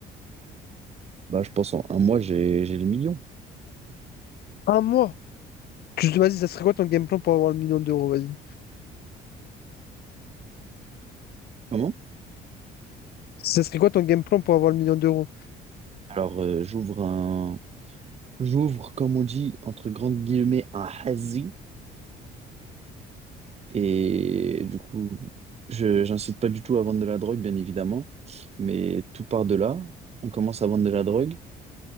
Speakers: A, on the right; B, on the left.
A: Bah, je pense en un mois, j'ai, j'ai le million.
B: Un mois? Tu, vas-y, ça serait quoi ton game plan pour avoir le million d'euros? Vas-y.
A: Comment?
B: Ça serait quoi ton game plan pour avoir le million d'euros?
A: Alors, euh, j'ouvre un, j'ouvre, comme on dit, entre grandes guillemets, un hazy. Et du coup, je, j'incite pas du tout à vendre de la drogue, bien évidemment, mais tout part de là. On commence à vendre de la drogue.